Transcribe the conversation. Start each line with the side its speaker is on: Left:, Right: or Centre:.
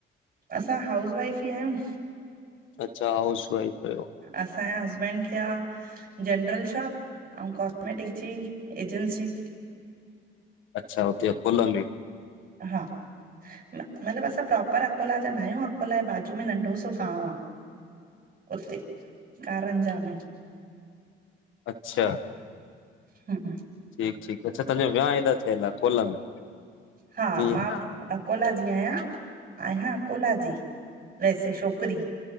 Right: असां हाउस वाइफ ई आहियूं।
Left: अच्छा हाउस वाइफ आयो।
Right: असांजे हसबैंड खे आ जनरल शॉप अऊं मै ट जी एजंसी
Left: अच्छा हुते अकोला में।
Right: हा मतिलबु असां प्रोपर अकोला जा न आहियूं। अकोलाए बाजू में नंढो सो गांव आहे उते कारंजा में।
Left: अच्छा।
Right: हूं।
Left: ठीकु ठीकु अच्छा ताहांजो वियाउ हेॾा थियल आ अकोला में?
Right: हा
Left: ईअं
Right: मां अकोला जी आहियां आहियां अकोला जी। वैसे छोकरी